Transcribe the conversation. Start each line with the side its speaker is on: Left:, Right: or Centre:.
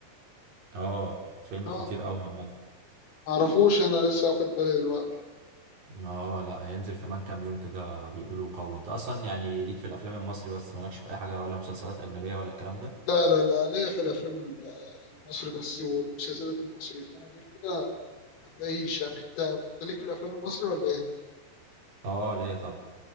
Right: اه فيلم
Left: ما
Right: خطير قوي
Left: اعرفوش انا لسه واخد بالي دلوقتي
Right: اه لا هينزل كمان كام يوم كده بيقولوا قوي انت اصلا يعني ليك في الافلام المصري بس مالكش في اي حاجه ولا مسلسلات اجنبيه ولا الكلام ده
Left: لا لا لا ليا في الافلام المصري بس والمسلسلات المصري انما غير كده ما تلاقيش يعني انت انت ليك في الافلام المصري ولا ايه
Right: اه ليا طبعا